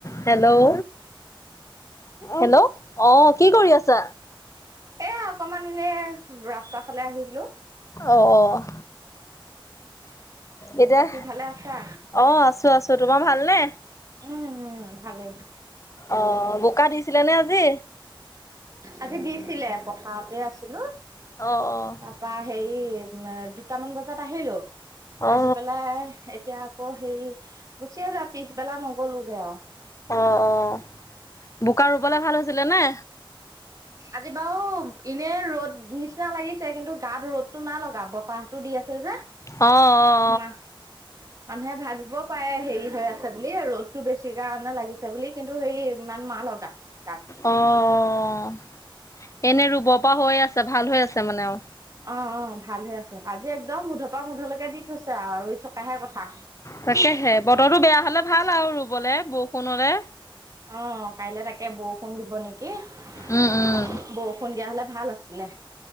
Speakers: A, on the left; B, on the right.
A: হেল্ল', হেল্ল', অ, কি কৰি আছা?
B: এয়া অকমান এনে ৰাস্তা ফালে আহিছিলো।
A: অ', এতিয়া
B: বাকী ভালে আছা?
A: অ', আছো। আছো। তোমাৰ ভালনে?
B: উম', উম, ভালে।
A: অ', বোকা দিছিলে নে আজি?
B: আজি দিছিলে। পথাৰতে আছিলো।
A: অ', অ,
B: তপা হেৰি দুটামান বজাত আহিলো।
A: অ
B: আহি পেলাই এতিয়া আকৌ হেৰি গুচিয়ে যা পিছবেলা নগলোগে আৰু।
A: অ', অ, বোকা ৰুবে ভাল হৈছিলে নে?
B: আজি বাৰু এনে ৰ'দ নিচিনা লাগিছে। কিন্তু গাত ৰ'দতটো ন লগা বতাহতটো দি আছে যে।
A: অ', অ,
B: মাহ মানুহে ভাবিব পাৰে হেৰি হৈ আছে বুলি ৰ'দতটো বেছি কাৰণে লাগিছে বুলি। কিন্তু সেই ইমান না লগা। গাত
A: অ', এনে ৰুব পৰা হৈয়ে আছে। ভাল হৈ আছে মানে আৰু
B: অ', অ, ভাল হৈ আছে। আজি একদম মুধৰপা মুধলৈকে দি থৈছে আৰু ৰুই থকাহে কথা।
A: তাকেহে বতৰটো বেয়া হলে ভাল আৰু ৰুবলে বৰষুণৰে
B: অ', কাইলে তাকে বৰষুণ দিব নেকি বষ
A: উম উম
B: ষুণৰ দিয়া হ'লে ভাল আছিলে।